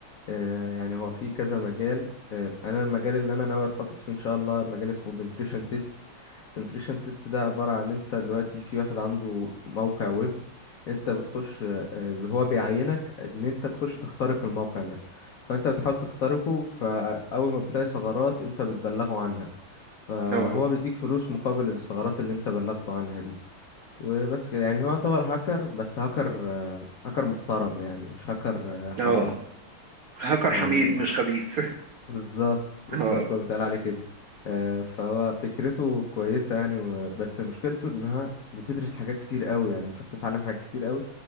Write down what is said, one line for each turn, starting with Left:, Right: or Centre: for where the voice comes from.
Left: آه يعني هو في كذا مجال آه انا المجال اللي انا ناوي اتخصص فيه ان شاء الله مجال اسمه بنتريشن تيست بنتريشن تيست ده عباره عن انت دلوقتي في واحد عنده موقع ويب انت بتخش آه آه، هو بيعينك ان انت تخش تخترق الموقع ده فانت بتحاول تخترقه فاول ما بتلاقي ثغرات انت بتبلغه عنها فهو
Right: اه
Left: بيديك فلوس مقابل الثغرات اللي انت بلغته عنها دي وبس كده يعني هو يعتبر هاكر بس هاكر آه، هاكر محترم يعني مش هاكر آه، حرامي
Right: اه هاكر
Left: آه،
Right: حميد مش خبيث <laughs>
Left: بالظبط بالظبط
Right: اه
Left: هو بيتقال عليه كده آه، فهو فكرته كويسة يعني و- بس مشكلته انها بتدرس حاجات كتير قوي يعني بتروح تتعلم حاجات كتير قوي